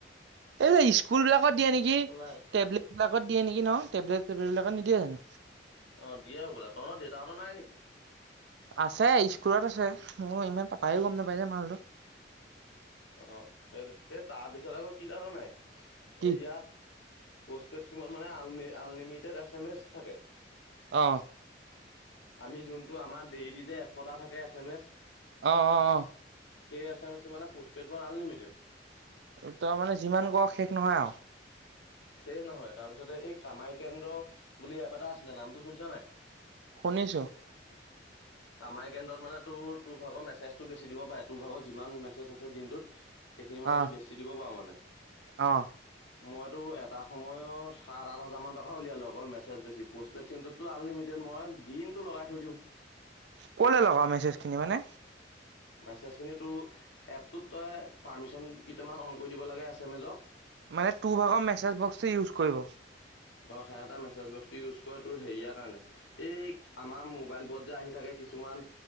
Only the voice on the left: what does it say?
চলাই
অ দিয়ে হবলা তহঁত দেউতাহতঁৰ নাই নেকি?
অ সেইটো, এই তাৰপিছত আক কি জান নে নাই
হেয়াত পষ্টপেড চিমত মানে আল আলনিমিটেড এছ এম এছ থাকে।
আমি যোনটো আমাৰ ডেইলি যে এশতা থাকে এছ এম এছ।
কে এছ এম এছটো মানে পোষ্টপেডত আনলিমিটেড।
সেস নহয় তাৰপিছতে এই কামাই কেন্দ্ৰ বুলি এপ এটা আছিলে নামটো শুনিছ নে নাই?
<inaudible> কামাই কেন্দ্ৰত মানে তোৰ তো ভাগৰ মেছেজটো বেছি দিব পাৰে টো ভাগ যিমান মেছেজ আছে দিনটোত। সেইখিনি মানে
তই বেছি দিব পাঅ মানে।
মইতোৰ এট টা সময়ত সাত আঠ হাজাৰমান টকা উলিয়ালো অকল মেছেজ বেছি পষ্টেড চিমটোতো আনলিমিটেড মই দিম টো লগাই থৈ দিওঁ।
মেছেজখিনিটো এপটোত তই পাৰ্মিচন কেইটামান অন কৰি দিব লাগে এচে মেজ
অ সেহেতে মেছেজ বক্সটো ইউজ কৰে তোৰ হেৰিয়াৰ কাৰণে এই আমাৰ মোবাইলবোৰত যে আহি থাকে কিছুমান